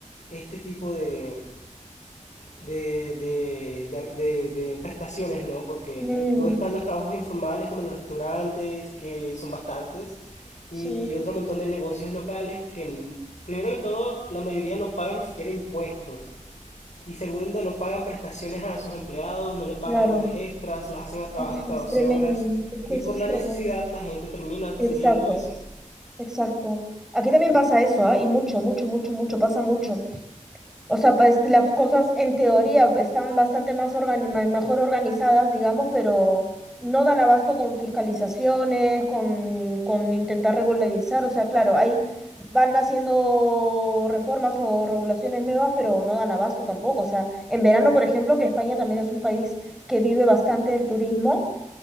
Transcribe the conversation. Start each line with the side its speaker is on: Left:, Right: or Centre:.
Left: este tipo de, de, de, de- de- de prestaciones, ¿no? Porque
Centre: Mm,
Left: luego están los trabajos informales como los restaurantes, que son bastantes, y
Centre: sí,
Left: otro montón de negocios locales que, n- primero que todo, la mayoría no pagan ni siquiera impuestos. Y segundo, no pagan prestaciones a sus empleados, no le pagan
Centre: claro.
Left: horas extras, los hacen a trabajar
Centre: Uf,
Left: hasta
Centre: es
Left: 12
Centre: tremendo.
Left: horas.
Centre: Es que
Left: Y
Centre: eso
Left: por
Centre: es
Left: la
Centre: tremendo.
Left: necesidad la gente termina accediendo
Centre: Exacto,
Left: a eso.
Centre: exacto. Aquí también pasa eso, ¿ah? Y mucho, mucho, mucho, mucho, pasa mucho. O sea, pues las cosas en teoría están bastante más organi- ma- mejor organizadas, digamos, pero no dan abasto con fiscalizaciones, con, con intentar regularizar. O sea, claro, ahí van haciendo reformas o regulaciones nuevas, pero no dan abasto tampoco. O sea, en verano, por ejemplo, que España también es un país que vive bastante del turismo,